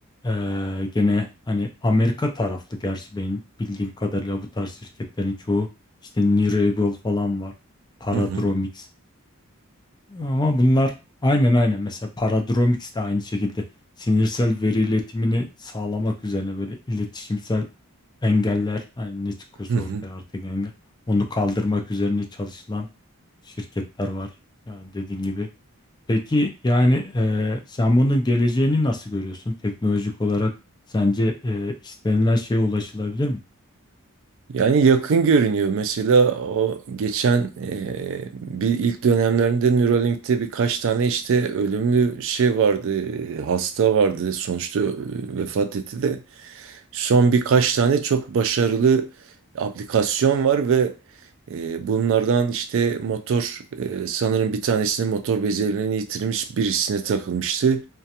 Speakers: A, on the left (about 20°); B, on the right (about 60°).
A: Ee, gene hani Amerika taraflı gerçi benim bildiğim kadarıyla bu tarz şirketlerin çoğu işte Nirable falan var. Paradromics.
B: hı hı,
A: Ama bunlar aynen aynen mesela Paradromics de aynı şekilde sinirsel veri iletimini sağlamak üzerine böyle iletişimsel engeller hani ne çıkıyorsa
B: hı hı.
A: ortaya artık engel onu kaldırmak üzerine çalışılan şirketler var. Yani dediğin gibi Peki yani eee, sen bunun geleceğini nasıl görüyorsun? Teknolojik olarak sence eee, istenilen şeye ulaşılabilir mi?
B: Yani yakın görünüyor. Mesela o geçen e, bir ilk dönemlerinde Neuralink'te birkaç tane işte ölümlü şey vardı, e, hasta vardı. Sonuçta e, vefat etti de. Son birkaç tane çok başarılı aplikasyon var ve e, bunlardan işte motor e, sanırım bir tanesinin motor becerilerini yitirmiş birisine takılmıştı.